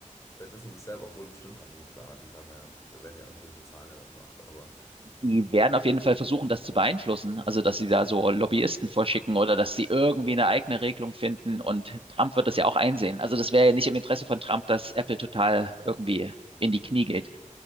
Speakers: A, on the left (about 20°); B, on the right (about 40°).
A: Vielleicht wissen sie es selber, obwohl bestimmt haben die einen Plan. Die haben ja, werden ja irgendwen bezahlen, der das macht. Aber
B: Die werden auf jeden Fall versuchen, das zu beeinflussen. Also, dass sie da so Lobbyisten vorschicken oder dass sie irgendwie eine eigene Regelung finden. Und Trump wird das ja auch einsehen. Also, das wäre ja nicht im Interesse von Trump, dass Apple total irgendwie in die Knie geht.